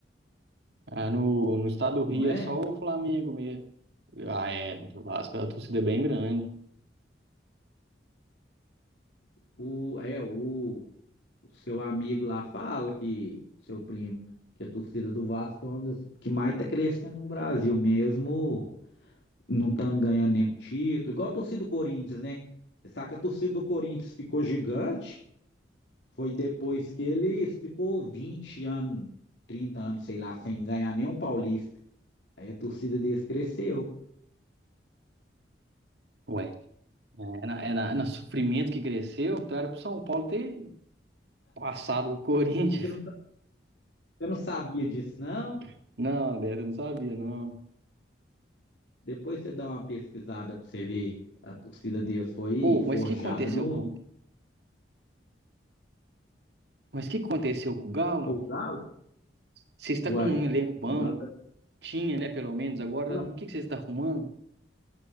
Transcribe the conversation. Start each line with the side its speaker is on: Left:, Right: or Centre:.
Right: Ah, no, no estado do Rio
Left: não é?
Right: é só o Flamengo mesmo. Ah, é, do Vasco a torcida é bem grande.
Left: O, é, o, o seu amigo lá fala que, seu primo, que a torcida do Vasco é uma das que mais tá crescendo no Brasil, mesmo não estando ganhando nenhum título, igual a torcida do Corinthians, né? Você sabe que a torcida do Corinthians ficou gigante, foi depois que ele ficou 20 anos, 30 anos, sei lá, sem ganhar nenhum paulista. Aí a torcida deles cresceu.
Right: Ué, é na, é na, na sofrimento que cresceu, então era pro São Paulo ter passado o Corinthians.
Left: Você não, sa- você não sabia disso, não?
Right: <laughs> Não, Débora, eu não sabia, não.
Left: Depois você dá uma pesquisada pra você ver. A torcida deles foi
Right: Ô,
Left: forjada
Right: mas o que aconteceu
Left: no.
Right: com, mas o que aconteceu com o Galo?
Left: O Galo?
Right: Você está
Left: Uai.
Right: com um elenco bom?
Left: O Galo tá-
Right: Tinha, né, pelo menos. Agora,
Left: Não.
Right: o que que você está arrumando?